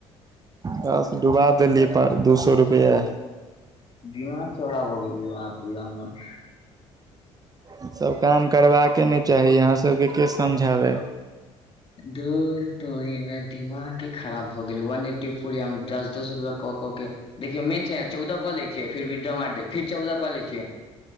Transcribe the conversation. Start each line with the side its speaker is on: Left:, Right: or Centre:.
Right: बस डुबा देलियै पाँच दू सए रुपैआ
Left: दिमाग चौड़ा भऽ गेलियै आहाँ पूरा हमर
Right: ई सब काम करबाके नहि चाही अहाँ सबके के समझाबै
Left: घूर तोड़ीमे दिमागे खराब भऽ गेलै वन एट्टी फोर य दस दस रुपआ कऽ कऽ के देखियौ मेन छै ने चौदह कऽ लैिय फिर विड्रो मार फिर चौद कऽ ले छियै